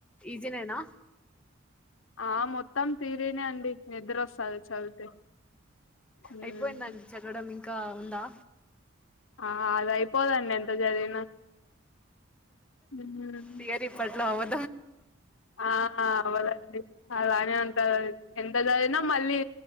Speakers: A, in the centre; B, on the left.
A: ఈజినేనా
B: ఆ మొత్తం థీరీనే అండి నిద్ర వస్తది చదివితే ఉమ్
A: అయిపోయిదాండి చదువడం ఇన్ కా ఉందా
B: ఆ అదయిపోదండి ఎంత చది ఉమ్
A: తియరి పడ్లా వ
B: ఆ అవదండి అ అంత ఎంత చదివిన మళ్ళీ